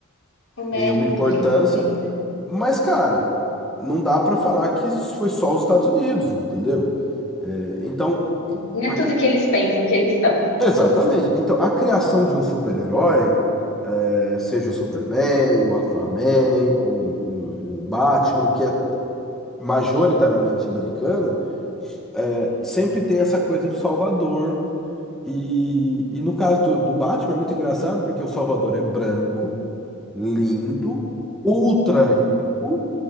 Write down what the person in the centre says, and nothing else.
nenhuma importância,
mas, cara, não dá pra falar que isso foi só os Estados Unidos, entendeu? É, então,
a-
exatamente. Então, a criação de um super-herói, é, seja o Superman, o Aquaman ou o, o Batman, que é majoritariamente americana, é, sempre tem essa coisa do salvador. E, e no caso do, do Batman é muito engraçado porque o Salvador é branco, lindo, ultra rico,